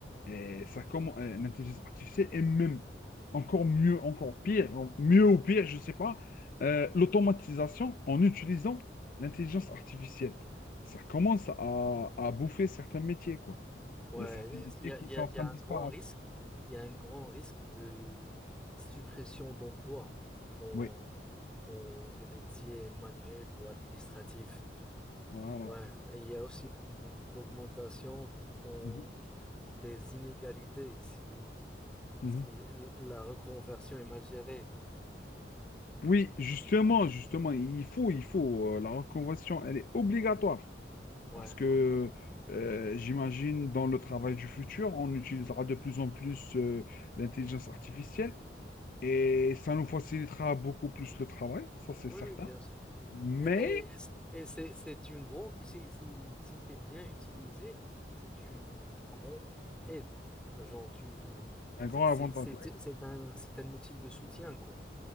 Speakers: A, on the left (about 50°); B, in the centre.
A: Et ça commence, l'intelligence artificielle est même encore mieux, encore pire, en- mieux ou pire, je ne sais pas euh, l'automatisation en utilisant l'intelligence artificielle. Ça commence à, à bouffer certains métiers, quoi.
B: Ouais,
A: Il y a certains métiers
B: il y a,
A: qui
B: il y
A: sont
B: a-
A: en
B: il
A: train
B: y a
A: de
B: un
A: disparaître.
B: grand risque. Il y a un grand risque de suppression d'emplois dans,
A: Oui,
B: dans des métiers manuels ou administratifs.
A: voilà.
B: Ouais, et il y a aussi de de l'augmentation dans
A: Mhm.
B: des inégalités. Si,
A: Mhm.
B: Si l- la reconversion est mal gérée.
A: Oui, justement, justement, il faut, il faut, euh, la reconversion, elle est obligatoire
B: Ouais.
A: parce que euh, j'imagine dans le travail du futur, on utilisera de plus en plus euh, l'intelligence artificielle et ça nous facilitera beaucoup plus le travail, ça c'est
B: Oui,
A: certain.
B: oui, bien sûr.
A: Mais
B: Et, et- et c'est c'est une grande, si, si, si c'est bien utilisé, c'est une grande aide. Genre, tu,
A: un
B: c'est
A: grand
B: c'est-
A: avantage
B: c'est- c'est un, c'est un outil de soutien, quoi.